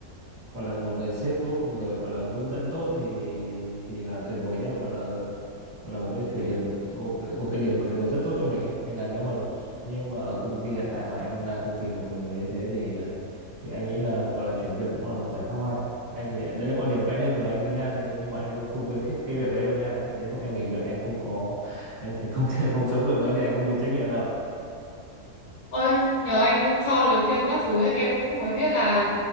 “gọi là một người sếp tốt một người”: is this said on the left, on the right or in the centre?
Right